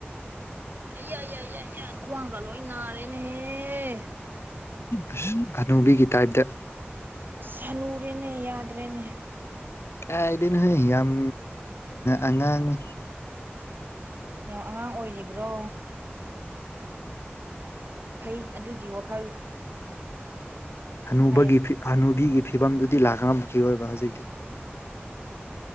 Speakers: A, on the right (about 50°); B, on the left (about 75°).
A: ꯑꯩ ꯌꯥꯏ ꯌꯥꯏ ꯌꯥꯏ ꯌꯥꯏ ꯈ꯭ꯋꯥꯡꯒ ꯂꯣꯏ ꯅꯥꯔꯦꯅꯦꯍꯦ
B: ꯑꯁ ꯍꯥꯅꯨꯕꯤꯒꯤ ꯇꯥꯏꯞꯇ
A: ꯑꯁ ꯅꯨꯔꯦꯅꯦ ꯌꯥꯗ꯭ꯔꯦꯅꯦ
B: ꯀꯥꯏꯗꯅꯣꯍꯣꯏ ꯌꯥꯝ ꯑꯉꯥꯡꯅꯤ
A: ꯌꯥꯝ ꯑꯉꯥꯡ ꯑꯣꯏꯔꯤꯕ꯭ꯔꯣ ꯐꯩ ꯑꯗꯨꯒꯤ ꯋꯥꯈꯜ
B: ꯑꯅꯨꯕꯒꯤ
A: ꯍꯥꯏꯌꯣ
B: ꯍꯅꯨꯕꯤꯒꯤ ꯐꯤꯕꯝꯗꯨꯗꯤ ꯂꯥꯛꯀꯈꯤ ꯑꯣꯏꯕ ꯍꯧꯖꯤꯛꯇꯤ